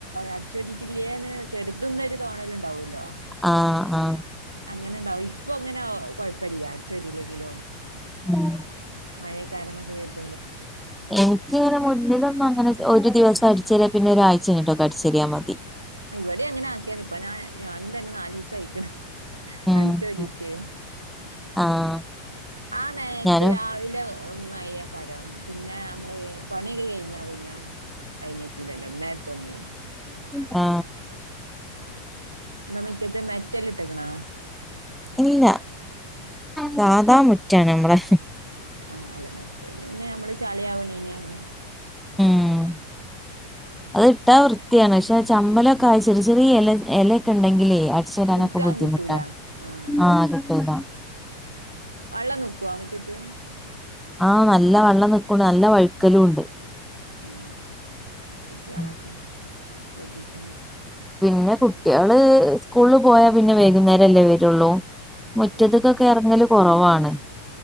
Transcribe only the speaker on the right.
അടിച്ചു വരിട്ട് ഇല്ലെ ന്ന് കരുതും ന്ന് തോന്നൽ ഉണ്ടാകും ലൊ
അങ്ങനേണ്ടാവും ഇപ്പം അങ്ങനെ കുഴപ്പല്ല്യ അടിച്ച് വാരി ഇല്ലെങ്കിലും
<unintelligible>
ഇവിടെം അങ്ങനാക്കിയാണ് ഇപ്പൊ ഞാൻ ഞാനും തന്നെ നാലീസയ്ക്ക്ണ്
അടിചോരിട്ട്
ആ നേരത്ത്
രാവിലെ മഴ ക്കാരം പിന്നേ അമ്മള് പണി കഴിഞ്ഞാ പിന്നേ അയ്ന് പറ്റൂലല്ലോ ഇന്നേരതോന്നും
ന്ന് മിറ്റത്ത് മെറ്റല് ഇട് ട്ട്ക്ക്ണാ
ആ അല്ല മെറ്റൽ മ്മള് പിന്നെ ചളിയാവ്ണേന് അങ്ങനെ
ഇടുക്കാൻ
കിട്ടൂല ആഹ്
വെള്ളം നിക്കോ മുറ്റത്ത്
ഹാ കുട്ട്യാളക്കെ
ശ്രദ്ധിക്കണം
ആഹ്